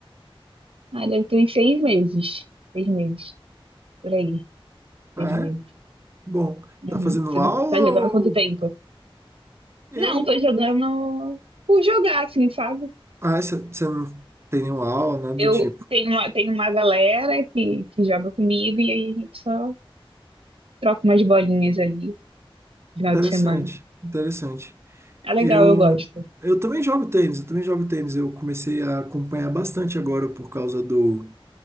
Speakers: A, on the right; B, on the right.
A: Ah, deve ter uns seis meses. Seis meses. Por aí.
B: Ah,
A: Seis meses.
B: é? Bom,
A: Uhum.
B: tá fazendo
A: Você
B: aula
A: tá tá jogando
B: ou
A: há quanto tempo?
B: eu?
A: Não, tô jogando por jogar, assim, sabe?
B: Ah, você você não tem nenhuma aula, nada
A: Eu
B: do tipo.
A: tenho uma, tenho uma galera que, que joga comigo e aí a gente só troca umas bolinhas ali,
B: Interessante,
A: final de semana.
B: interessante.
A: É legal,
B: Eu
A: eu gosto.
B: eu também jogo tênis, eu também jogo tênis. Eu comecei a acompanhar bastante agora por causa do